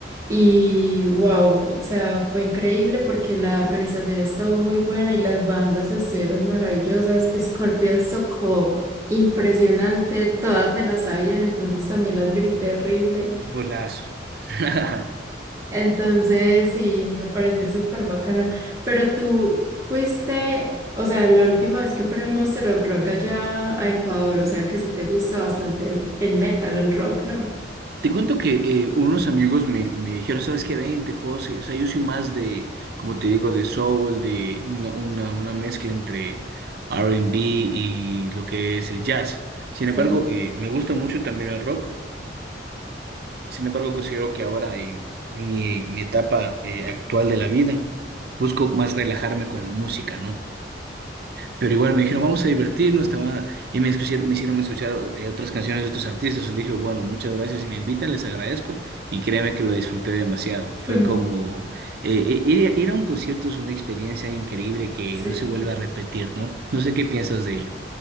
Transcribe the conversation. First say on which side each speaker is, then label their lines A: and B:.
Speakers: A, on the right; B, on the right.
A: Y wow, o sea, fue increíble porque la organización estuvo muy buena y las bandas estuvieron maravillosas. Scorpions tocó impresionante, todas me las sabían, entonces también las grité horrible.
B: Golazo. <laughs>
A: Entonces, sí, me pareció súper bacano. Pero tú fuiste, o sea, la última vez que fueron Monster of Rock allá a Ecuador, o sea, que sí te gusta bastante el, el metal, el rock, ¿no?
B: Te cuento que eh, unos amigos me, me dijeron, ¿sabes qué? Vente, José. O sea, yo soy más de, como te digo, de soul, de una, una, una mezcla entre R and B y lo que es el jazz. Sin
A: Sí.
B: embargo, eh, me gusta mucho también el rock. Sin embargo, considero que ahora eh, mi, mi etapa eh, actual de la vida busco más relajarme con la música, ¿no? Pero igual me dijeron, vamos a divertirnos, te va- y me, escucharon- me hicieron escuchar eh, otras canciones de otros artistas. Y le dije, bueno, muchas gracias, si me invitan, les agradezco. Y créeme que lo disfruté demasiado. Fue
A: Ujú.
B: como, eh, eh, ir, a- ir a un concierto es una experiencia increíble que
A: Sí,
B: no se vuelve a repetir, ¿no? No sé qué piensas de ello.